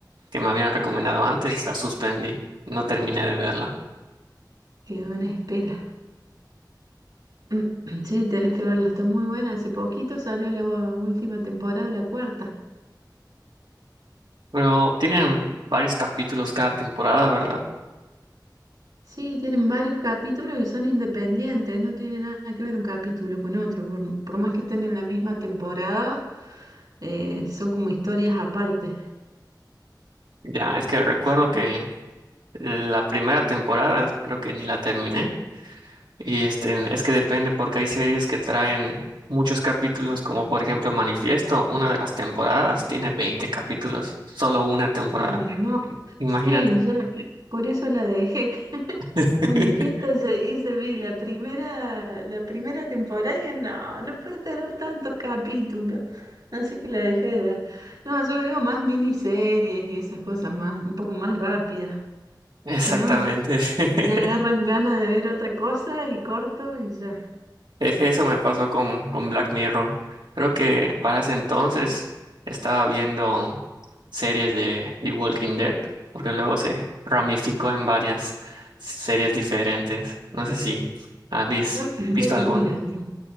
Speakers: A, on the right (about 85°); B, on the right (about 65°).
A: que me habían recomendado antes, la suspendí, no terminé de verla.
B: Quedó en espera. <clears throat> Sí, tenés que verla, está muy buena. Hace poquito salió la última temporada, la cuarta.
A: Pero tienen varios capítulos cada temporada, ¿verdad?
B: Sí, tienen varios capítulos y son independientes, no tiene nada que ver un capítulo con otro. Por, por más que estén en la misma temporada, eh, son como historias aparte.
A: Ya, es que recuerdo
B: Así
A: que
B: que,
A: la primera temporada creo que ni la terminé. Y este, es que depende porque hay series que traen muchos capítulos, como por ejemplo Manifiesto, una de las temporadas tiene 20 capítulos, solo una temporada.
B: ah, no,
A: Imagínate.
B: sí, yo por eso la dejé. <laughs>
A: <laughs>
B: Manifiesta llegué, se vi la primera, la primera temporada y dije, no, no puede tener tantos capítulos. Así que la dejé de ver. No, yo veo más miniseries y esas cosas más, un poco más rápidas.
A: Exactamente.
B: Si no.
A: <laughs>
B: Me agarran ganas de ver otra cosa y corto y ya.
A: E- Eso me pasó con, con Black Mirror. Creo que para ese entonces estaba viendo series de The Walking Dead, porque luego se ramificó en varias series diferentes. No sé si habéis
B: Bueno, Walking
A: visto
B: Dead
A: alguna.
B: no la vi.